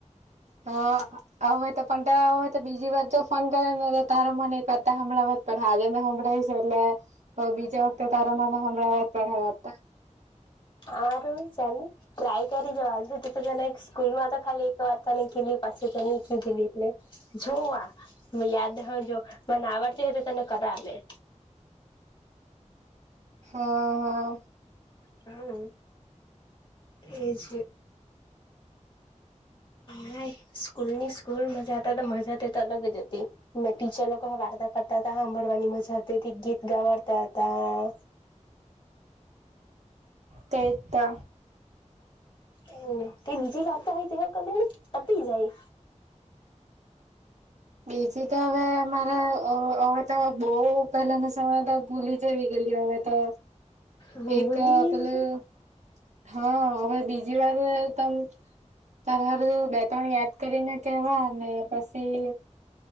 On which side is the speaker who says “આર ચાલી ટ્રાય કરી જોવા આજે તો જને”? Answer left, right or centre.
Left